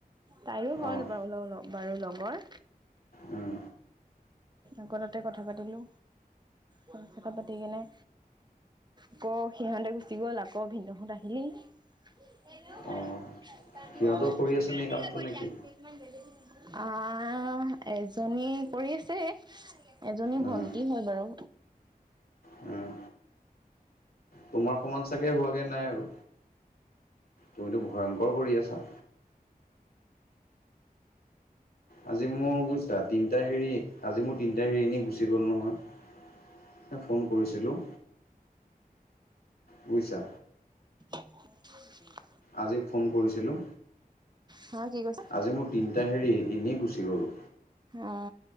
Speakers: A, on the right (about 30°); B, on the left (about 70°).
A: তাইৰো হ'ল
B: অ',
A: বাৰু ল বাৰু লগৰ,
B: উম।
A: আকৌ তাতে কথা পাতিলোঁ। কথা পাতি কিনে আক সিহঁতে গুচি গল আকৌ ভিনদহত আহিলেই <unintelligible>
B: অঁ সিহঁতেও কৰি আছে নে এই কামটো নেকি?
A: আ এজনী কৰি আছে। এজনী
B: উম
A: ভন্টি হয় বাৰু
B: উম তোমাৰ সমান চাগে হোৱাগে নাই আৰু তুমিতো ভয়ংকৰ কৰি আছা। আজি মোৰ বুইছা তিনটা হেৰি আজি মোৰ তিনটা হেৰি এনেই গুচি গ'ল নহয় ফোন কৰিছিলোঁ। বুইচা।
A: <unintelligible>
B: আজি ফোন কৰিছিলো
A: হা কি কৈছা
B: আজি মোৰ তিনিটা হেৰি এনেই গুচি গ'ল।
A: অ